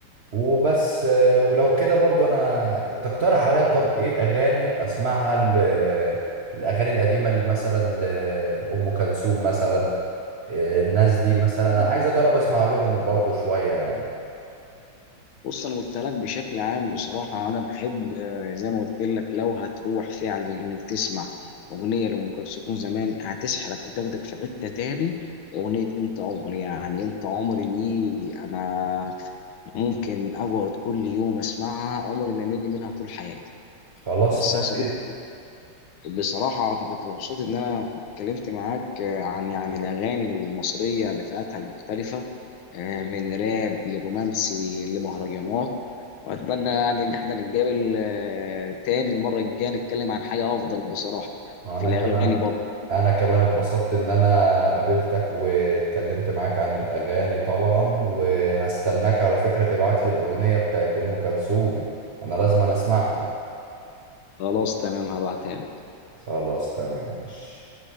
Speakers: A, on the right; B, on the left.
A: وبس آه، ولو كده برضو انا تقترح عليا طب ايه اغاني اسمعها ال- الاغاني القديمه اللي مثلا لام كلثوم مثلا آه، الناس دي مثلا انا عايز اجرب اسمع لهم برضو شويه يعني
B: بص انا قلت لك بشكل عام بصراحه انا بحب آه، زي ما قلت لك لو هتروح فعلا انك تسمع اغنيه لام كلثوم زمان هتسحلك وتاخدك في حته تاني اغنيه انت عمري يعني انت عمري دي انا ممكن اقعد كل يوم اسمعها عمري ما امل منها طول حياتي
A: خلاص
B: بس
A: ماشي
B: يا صديقي بصراحه انا كنت مبسوط ان انا اتكلمت معاك آه، عن يعني الاغاني المصريه بفئاتها المختلفه آه، من راب لرومانسي لمهرجانات واتمنى يعني ان احنا نتقابل آه، تاني المره الجايه نتكلم عن حاجه افضل بصراحه
A: انا
B: في الاغاني
A: كمان
B: برضه
A: انا كمان اتبسطت ان انا قابلتك واتكلمت معاك عن الاغاني طبعا وهستناك على فكره تبعت لي الاغنيه بتاعت ام كلثوم انا لازم أنا اسمعها
B: خلاص تمام هبعتها لك.
A: خلاص تمام ماشي